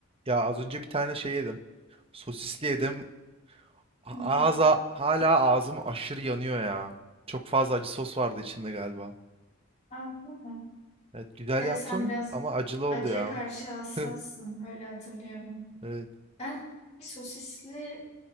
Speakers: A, on the right; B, on the left.
A: Ya az önce bir tane şey yedim. Sosisli yedim. A-
B: Hı hı.
A: Ağza hala ağzım aşırı yanıyor ya. Çok fazla acı sos vardı içinde galiba.
B: Aa, değil mi?
A: Evet güzel
B: Evet
A: yaptım
B: sen biraz
A: ama acılı oldu
B: acıya
A: ya.
B: karşı hassassın
A: <laughs>
B: öyle hatırlıyorum.
A: Evet.
B: Ben sosisli